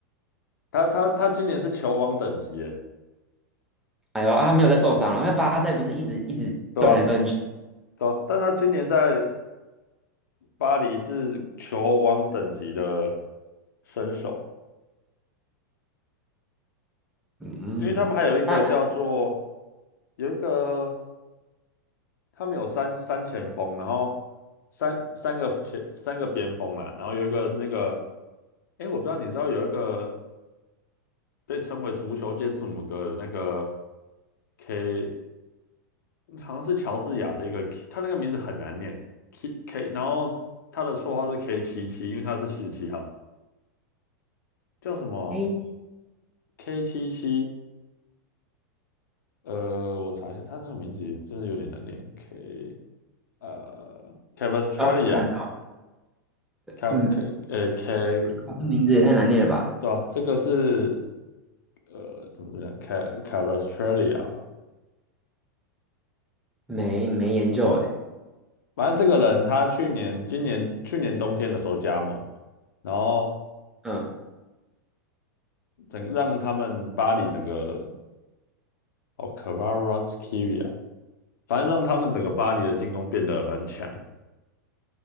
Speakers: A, on the left; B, in the centre.
A: 他他他今年是球王等级耶，
B: 哎呦，啊他没有在受伤了。那巴塞不是一直一直断来断去？
A: 对吧？对啊，但他今年在巴黎是球王等级的身手，
B: 嗯，
A: 因为他们还有一个叫做
B: 那
A: 有一个。他们有三三前锋，然后三三个前三个边锋啦，然后有一个是那个，哎，我不知道你知道有一个被称为足球界字母哥的那个 K，好像是乔治亚的一个 K，他那个名字很难念 K K，然后他的绰号是 K 七七，因为他是七十七号，叫什么
B: A，
A: K 七七？呃，我查一下，他那个名字真的有点难念，K 呃 c a v a s t
B: 哦，
A: r a l i
B: 看到了，
A: a K
B: 嗯，
A: K 呃 K。
B: 哇，这名字也太难念了吧？
A: 对啊，这个是呃，怎么怎么样 c a c a v a s t r a l i a 吧，
B: 没没研究哎，
A: 反正这个人他去年、今年、去年冬天的时候加盟，然后
B: 嗯，
A: 整让他们巴黎整个哦 c a v a r a s k i v i a 反正让他们整个巴黎的进攻变得很强。